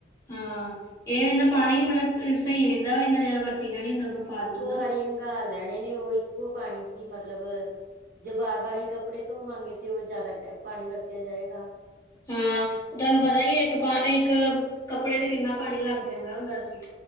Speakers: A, on the left (about 15°); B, on the right (about 50°).
A: ਹਾਂ, ਇਹ
B: ਹਨਾ
A: ਐਨਾ ਪਾਣੀ ਮਤਲਬ ਸਹੀ ਰਹਿੰਦਾ ਇੰਨਾ ਜਾਦਾ ਵਰਤੀਦਾ ਨੀ ਹੁੰਦਾ ਵਾ। ਫਾਲਤੂ
B: ਇੱਕੋ
A: ਦਾ
B: ਵਾਰੀ ਹੰਗਾਲ ਲੈਣੇ ਨੇ ਉਹ, ਇੱਕੋ ਪਾਣੀ ਚ ਈ ਮਤਲਬ ਜੇ ਬਾਰ- ਬਾਰ ਅਹੀਂ ਕੱਪੜੇ ਧੋਵਾਂਗੇ ਤੇ ਉਹ ਜਾਦਾ ਪਾਣੀ ਵਰਤਿਆ ਜਾਏਗਾ।
A: ਹਾਂ, ਤੁਹਾਨੂੰ ਪਤਾ ਹੀ ਐ ਇੱਕ ਪਾ ਇੱਕ ਕੱਪੜੇ ਤੇ ਕਿੰਨਾ ਪਾਣੀ ਲੱਗ ਜਾਂਦਾ ਹੁੰਦਾ ਸੀ।